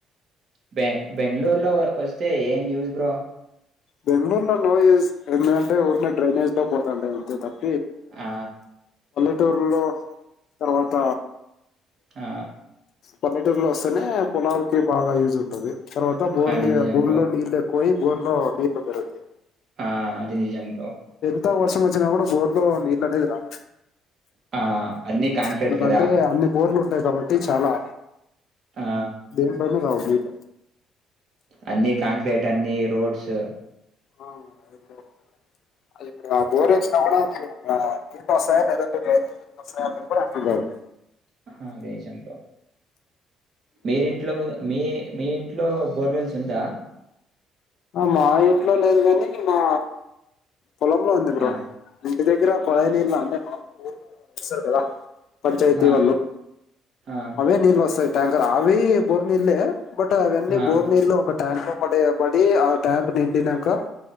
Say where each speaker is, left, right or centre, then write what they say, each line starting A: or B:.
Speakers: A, on the right; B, on the left.
A: బె బెంగళూరులో వస్తే ఏం news bro
B: Bengaluru no use ఏంటంటే.. ఊర్లో డ్రైనేజీలో... పోతుంటే ఉంటే తప్
A: ఆ
B: చిత్తూరులో తర్వాత
A: ఆ
B: పల్లెటూరులో వస్తేనే పొలాలకి బాగా యూజ్ ంది తర్వాత బోర్ని
A: అది నిజం
B: బూమి
A: బ్రో.
B: లో నీళ్లు ఎక్కుయి ఊర్లో నీళ్లు పెరుగుతాయి
A: ఆ అది నిజం బ్రో
B: త వర్షం వచ్చినా కూడా బోర్ లో నీళ్ళు అనేది రాదు
A: ఆ అన్నీ కాంక్రీట్
B: ఎందుకంటే
A: కదా!
B: అన్ని బోర్లు ఉంటాయి కాబట్టి చాలా
A: ఆ!
B: దేంట్లోనూ రావు మీకా
A: అన్ని కాంక్రీట్ అన్ని రోడ్స్
B: ఆ ఇప్పుడు ఆది ఆ బోర్ వేసినా కూడా నీళ్ళు వస్తాయా? లేదంటే డ్రైనేజీ నీళ్లు వస్తాయా కూడా అంతులేదు
A: ఆ హా దేశం బ్రో మీరు ఇంట్లో కూ మీ మీ ఇంట్లో బోర్‌వెల్స్ ఉందా
B: ఆ మా ఇంట్లో లేదు కానీ మా పొలంలో ఉంది బ్రో
A: ఆ!
B: దగ్గర కొళాయి నీళ్లు అంటే మామూలుగా వస్తారు కదా పంచాయతీ
A: ఆ!
B: వాళ్ళు
A: ఆ!
B: అవే నీళ్లు వస్తాయి తుంగా అవి బోర్ నీళ్లే బట్ అవన్నీ
A: ఆ!
B: బోర్ నీళ్ళో ఒక ట్యాంక్ లో ప డ య బ డ్ అదే ఆ ట్యాంక్ నిండినాక